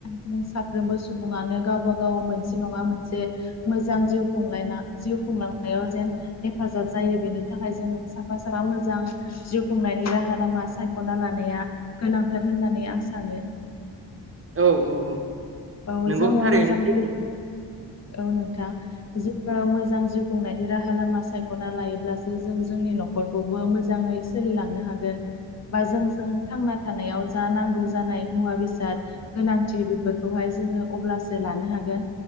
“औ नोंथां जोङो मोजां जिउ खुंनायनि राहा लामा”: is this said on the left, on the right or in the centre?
Left